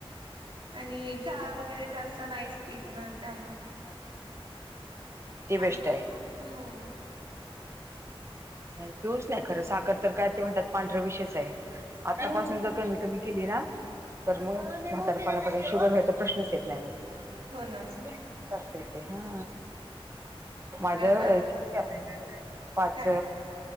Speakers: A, on the right; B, on the right.
A: आणि चहा वगैरे जास्त नाहीच पित ना त्यामुळे
B: ती
A: आम
B: बेस्ट आहे.
A: हो
B: पिऊ च नाही खरं साखर तर, काय ते म्हणतात? पांढर विषचं आहे. आतापासून
A: हो
B: जर कमी कमी केली ना? तर मग म्हातार पणा पर्यंत शुगर व्हायचा प्रश्नच येतं, नाही मग.
A: हो ना,
B: <unintelligible> हा माझ
A: पण आता
B: <unintelligible> किती पाच
A: काय